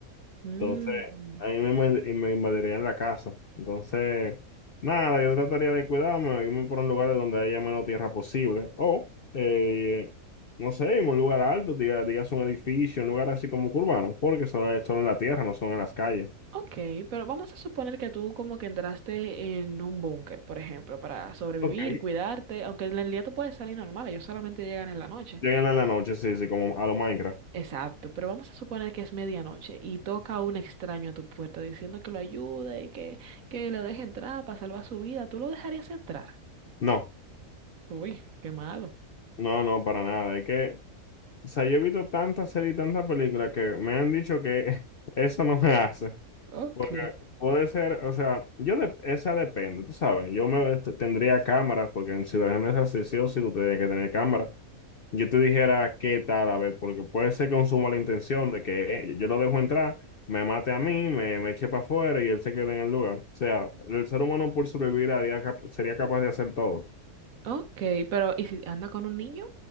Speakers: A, on the right; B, on the left.
A: Mm,
B: Entonces, a mí me, invad- y me invadirían la casa. Entonces, nada, yo trataría de cuidarme, irme por un lugar donde haya menos tierra posible. O, eh, no sé, irme a un lugar alto, diga- digas un edificio, un lugar así como urbano, porque son, son en la tierra, no son en las calles.
A: ok, pero vamos a suponer que tú como que entraste en un búnker, por ejemplo, para sobrevivir,
B: Ok.
A: cuidarte, aunque en el día tú puedes salir normal, ellos solamente llegan en la noche.
B: Llegan en la noche, sí, sí, como a lo Minecraft.
A: Exacto, pero vamos a suponer que es medianoche y toca un extraño a tu puerta diciendo que lo ayude, que, que lo deje entrar para salvar su vida, ¿tú lo dejarías entrar?
B: No,
A: Uy, qué malo.
B: no, no, para nada. Es que, o sea, yo he visto tantas series y tantas películas que me han dicho que <laughs> eso no me hace.
A: Ok,
B: Porque puede ser, o sea, yo de- esa depende, tú sabes, yo me t- tendría cámaras, porque en situaciones así sí o sí tú tienes que tener cámaras. Yo te dijera qué tal, a ver, porque puede ser con su la intención de que eh, yo lo dejo entrar, me mate a mí, me, me eche para afuera y él se quede en el lugar. O sea, el ser humano por sobrevivir haría cap- sería capaz de hacer todo.
A: ok, pero ¿y si anda con un niño?